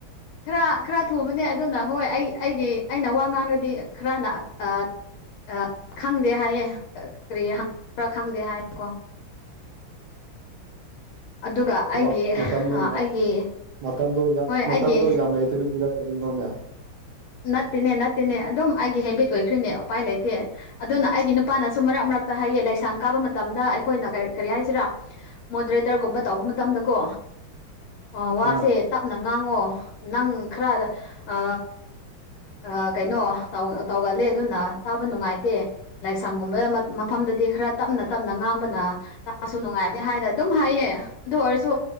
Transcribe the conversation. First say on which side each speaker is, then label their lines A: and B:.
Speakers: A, on the left; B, on the right.
A: ꯈꯔ ꯈꯔ ꯊꯨꯕꯅꯦ ꯑꯗꯨꯅ ꯍꯣꯏ ꯑꯩ ꯑꯩꯒꯤ ꯑꯩꯅ ꯋꯥ ꯉꯥꯡꯔꯗꯤ ꯈꯔꯅ ꯑꯥ ꯑ ꯈꯪꯗꯦ ꯍꯥꯏꯌꯦ ꯀꯔꯤ ꯍꯪꯕ꯭ꯔꯥ ꯈꯪꯗꯦ ꯍꯥꯏ ꯀꯣ ꯑꯗꯨꯒ
B: ꯊꯕꯛ
A: ꯑꯩꯒꯤ
B: ꯃꯇꯝꯗꯣ
A: ꯑꯥ
B: ꯌꯥꯝ
A: ꯑꯩꯒꯤ
B: ꯃꯇꯝꯗꯣ ꯌꯥꯝ
A: ꯍꯣꯏ
B: ꯃꯇꯝꯗꯣ
A: ꯑꯩꯒꯤ
B: ꯌꯥꯝ ꯂꯩꯇꯕꯒꯤꯔꯥ ꯀꯔꯤꯅꯣꯅꯦ
A: ꯅꯠꯇꯦꯅꯦ ꯅꯠꯇꯦꯅꯦ ꯑꯗꯨꯝ ꯑꯩꯒꯤ ꯍꯦꯕꯤꯠ ꯑꯣꯏꯈ꯭ꯔꯤꯅꯦ ꯎꯄꯥꯏ ꯂꯩꯇꯦ ꯑꯗꯨꯅ ꯑꯩꯒꯤ ꯅꯨꯄꯥꯅꯁꯨ ꯃꯔꯛ ꯃꯔꯛꯇ ꯍꯥꯏꯌꯦ ꯂꯩꯁꯥꯡ ꯀꯥꯕ ꯃꯇꯝꯗ ꯑꯩꯈꯣꯏꯅ ꯀ ꯀꯔꯤ ꯍꯥꯏꯁꯤꯔꯥ ꯃꯣꯗꯔꯦꯇꯔꯒꯨꯝꯕ ꯇꯧꯕ ꯃꯇꯝꯗꯀꯣ ꯑ ꯋꯥꯁꯦ
B: ꯑꯥ
A: ꯇꯞꯅ ꯉꯥꯡꯉꯣ ꯅꯪ ꯈꯔ ꯑ ꯑ ꯀꯩꯅꯣ ꯇꯧ ꯇꯧꯒꯜꯂꯦ ꯑꯗꯨꯅ ꯇꯥꯕ ꯅꯨꯡꯉꯥꯏꯇꯦ ꯂꯥꯏꯁꯪꯒꯨꯝꯕꯗ ꯃꯐꯝꯗꯗꯤ ꯈꯔ ꯇꯞꯅ ꯇꯞꯅ ꯉꯥꯡꯕꯅ ꯇꯥꯕꯁꯨ ꯅꯨꯡꯉꯥꯏꯕꯅꯦ ꯍꯥꯏꯅ ꯑꯗꯨꯝ ꯍꯥꯏꯌꯦ ꯑꯗꯨ ꯑꯣꯏꯔꯁꯨ